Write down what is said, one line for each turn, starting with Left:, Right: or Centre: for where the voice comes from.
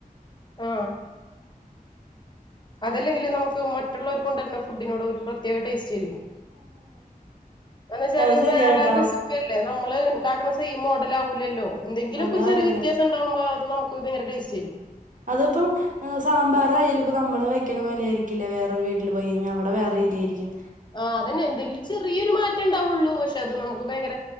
Left: ആ അതല്ലെങ്കിൽ നമുക്ക് മറ്റുള്ളവർ കൊണ്ടുവരുന്ന ഫുഡിനോട് ഒരു പ്രത്യേക ടേസ് ചിരിക്കും എന്ന വെച്ചാല്
Right: അത് ശരിയാട്ടോ
Left: വേറെ റെസിപ്പി അല്ലേ നമ്മള് ഉണ്ടാ സെയിം മോഡൽ ആവുലല്ലോ എന്തങ്കിലും
Right: അതാവില്ല
Left: ഒക്കെ ഒരു ചെറിയ വ്യത്യാസംണ്ടാവുമ്പോ അത് നമുക്ക് ഭയങ്കര ടസ്റ്റ് ആരിക്കും
Right: അതിപ്പം സാമ്പാറ ആയാലും ഇപ്പ നമ്മള് വക്കണ പോലെയയിരിക്കില്ലേരു വീട്ടിൽ പോയി കഴിഞ്ഞാൽ അവിടെ വേറെ രീതി ആയിരിക്കും
Left: ആഹ് അതന്നെ എന്തെങ്കിലും ചെറിയൊരു മാറ്റം ഉണ്ടാവുള്ളൂ പക്ഷെ പക്ഷെ അത് നമുക്ക് ഭയങ്കര